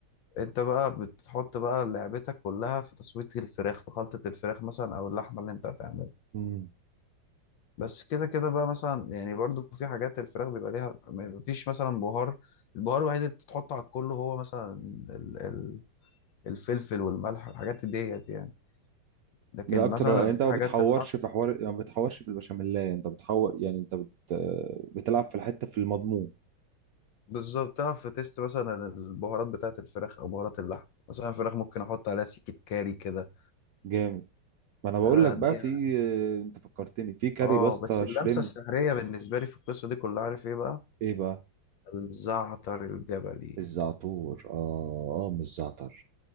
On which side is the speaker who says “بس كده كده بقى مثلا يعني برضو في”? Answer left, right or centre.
Left